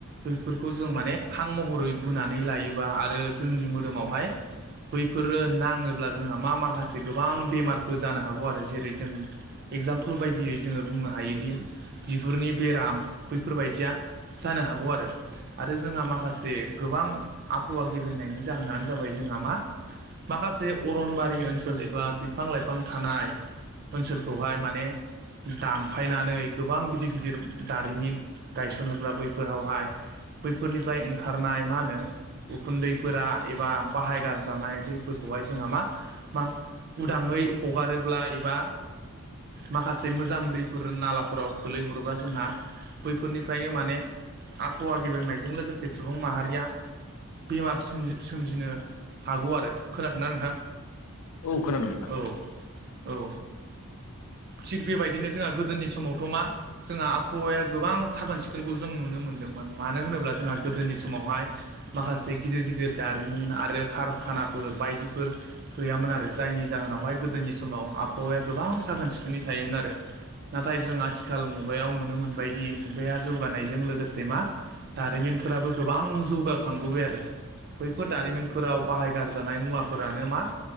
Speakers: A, on the right; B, on the left.
A: बैफोरखौ जों माने हां महरै बोनानै लायोबा आरो जोंनि मोदोमावहाय बैफोरो नाङोब्ला जोंहा मा माखासे गोबां बेमारफोर जानो हागौ आरो जेरै जों एगजामपोल बायदियै जोङो बुंनो हायोदि बिगुरनि बेराम बैफोरबायदिया जानो हागौ आरो आरो जोंहा माखासे गोबां आबहावा गेबेंनायनि जाहोनानो जोंहा मा माखासे अरनबारि ओनसोल एबा बिफां लाइफां थानाय ओनसोलखौहाय माने दानफायनानै गोबां गिदिर गिदिर दारिमिन गायसनोब्ला बैफोरावहाय बैफोरनिफ्राय ओंखारनाय मा होनो उखुन्दैफोरा एबा बाहायगार जानाय दैफोरखौहाय जोंहा मा मा उदाङै हगारोब्ला एबा माखासे मोजां दैफोर नालाफोराव खोल्लैहरोबा जोंहा बैफोरनिफ्रायनो माने आबहावा गेबंनायजों लोगोसे सुबुं माहारिया बेमार सोमजि सोमजिनो हागौ आरो खोनादों ना नोंथां
B: औ खोनादों नोंथां
A: औ औ थिग बेबायदिनो जोंहा गोदोनि समावथ' मा जोंहा आबहावाया गोबां साखोन सिखोनखौ जों नुनो मोन्दोंमोन मानो होनोब्ला जोंहा गोदोनि समावहाय माखासे गिदिर गिदिर दारिमिन आरो कारखानाफोर बायदिफोर गैयामोन आरो जायनि जाहोनावहाय गोदोनि समाव आबहावाया गोबां साखोन सिखोनै थायोमोन आरो नाथाय जों आथिखाल मुगायाव नुनो मोनबायदि मुगाया जौगानायजों लोगोसे मा दारिमिनफोराबो गोबां जौगा खांबोबाय आरो। बैफोर दारिमिनफोराव बाहाय गारजानाय मुवाफोरानो मा